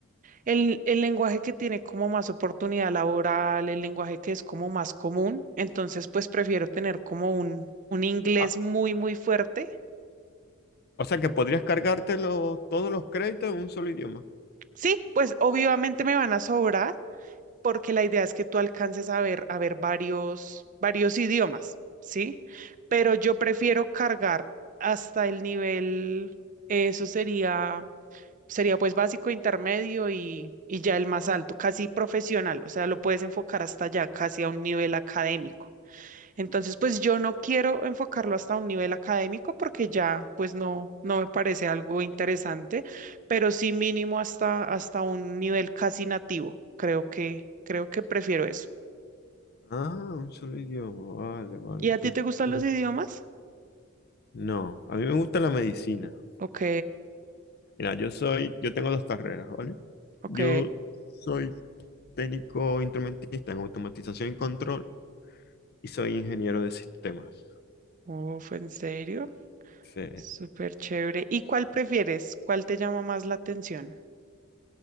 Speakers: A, on the right; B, on the left.
A: El, el lenguaje que tiene como más oportunidad laboral, el lenguaje que es como más común, entonces pues prefiero tener como un, un inglés
B: Ah,
A: muy, muy fuerte.
B: o sea que podrías cargártelo todos los créditos en un solo idioma.
A: Sí, pues obviamente me van a sobrar porque la idea es que tú alcances a ver, a ver varios, varios idiomas, ¿sí? Pero yo prefiero cargar hasta el nivel, eso sería... Sería pues básico, intermedio y, y ya el más alto, casi profesional, o sea, lo puedes enfocar hasta allá, casi a un nivel académico. Entonces, pues yo no quiero enfocarlo hasta un nivel académico porque ya pues no, no me parece algo interesante, pero sí mínimo hasta, hasta un nivel casi nativo. Creo que, creo que prefiero eso.
B: Ah, un solo idioma. Vale, vale.
A: ¿Y a ti
B: qué
A: te gustan
B: curioso.
A: los idiomas?
B: No, a mí me gusta la medicina.
A: Ok,
B: Mira, yo soy, yo tengo dos carreras, ¿vale?
A: ok.
B: Yo soy técnico instrumentista en automatización y control y soy ingeniero de sistemas.
A: Uf, ¿en serio?
B: Sí.
A: Súper chévere. ¿Y cuál prefieres? ¿Cuál te llama más la atención?